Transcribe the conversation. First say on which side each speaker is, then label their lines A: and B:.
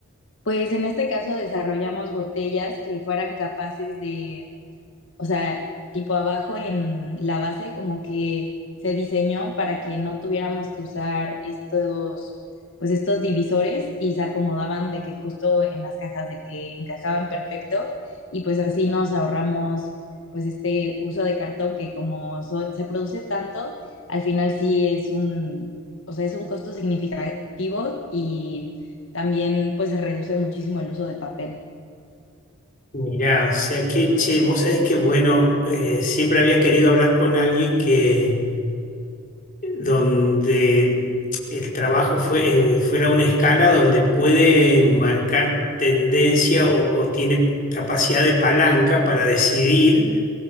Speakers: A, on the left; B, on the left.
A: pues en este caso desarrollamos botellas que fueran capaces de O sea, tipo abajo en la base como que se diseñó para que no tuviéramos que usar estos, pues estos divisores y se acomodaban de que justo en las cajas de que encajaban perfecto y pues así nos ahorramos pues este uso de cartón que como so- se produce tanto, al final sí es un, o sea, es un costo significativo y también pues se reduce muchísimo el uso de papel.
B: Mirá, o sea que, che, vos sabés que, bueno, eh, siempre había querido hablar con alguien que donde el trabajo fue, eh, fuera una escala donde puede marcar tendencia o, o tiene capacidad de palanca para decidir